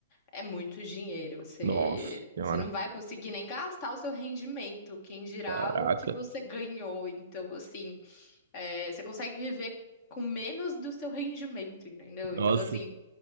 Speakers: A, on the left; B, on the right.
A: é muito dinheiro, você,
B: Nossa senhora.
A: você não vai conseguir nem gastar o seu rendimento, quem dirá
B: Caraca.
A: o que você ganhou, então, assim... É, você consegue viver com menos do seu rendimento, entendeu?
B: Nossa.
A: Então, assim,